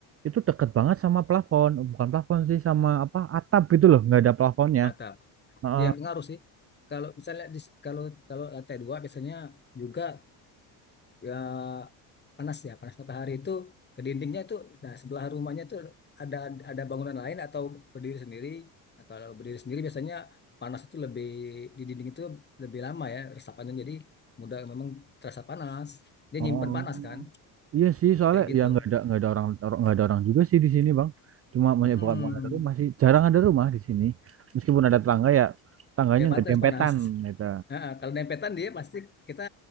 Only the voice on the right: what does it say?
itu deket banget sama plafon bukan plafon sih sama apa atap gitu loh nggak ada plafonnya
Heeh.
Oh,
iya sih soalnya
ya nggak ada nggak ada orang orang- nggak ada orang juga sih di sini bang. Cuma banyak
bukan bukan ada rumah sih, jarang ada rumah di sini. Meskipun ada tetangga ya tangganya
nggak
dempetan
gitu.